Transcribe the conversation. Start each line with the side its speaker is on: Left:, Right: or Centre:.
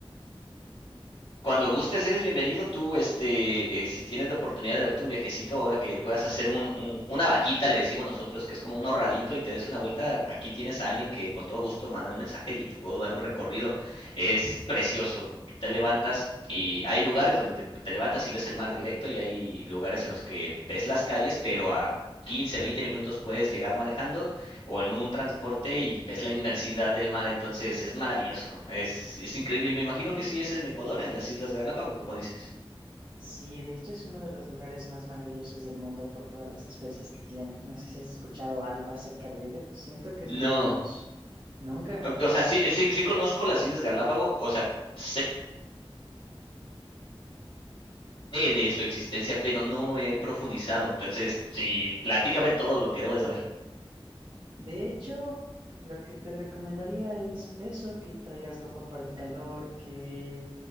Left: Cuando gustes, eres bienvenido. Tú, este, eh, si tienes la oportunidad de darte un viajecito, ahora que puedas hacer un, un- una vaquita, le decimos nosotros, que es como un ahorradito y te des una vuelta, aquí tienes a alguien que con todo gusto manda un mensaje y te puedo dar un recorrido. Es precioso. Tú te levantas y hay lugares donde te, te levantas y ves el mar directo y hay lugares en los que ves las calles, pero a 15, 20 minutos puedes llegar manejando o en un transporte y ves la inmersidad del mar, entonces es maravilloso, es, es increíble y me imagino que sí es en Ecuador, en las Islas Galápagos, como dices.
Right: Sí, de hecho es uno de los lugares más maravillosos del mundo por todas las especies que tiene. No sé si has escuchado algo acerca de ello. Siento que es
Left: No,
Right: medio famoso. Nunca.
Left: o, o sea, sí, sí, sí conozco las Islas Galápagos, o sea, sé de su existencia, pero no he profundizado, entonces sí, platícame todo lo que debo de saber.
Right: De hecho, lo que te recomendaría es eso, que traigas ropa para el calor, que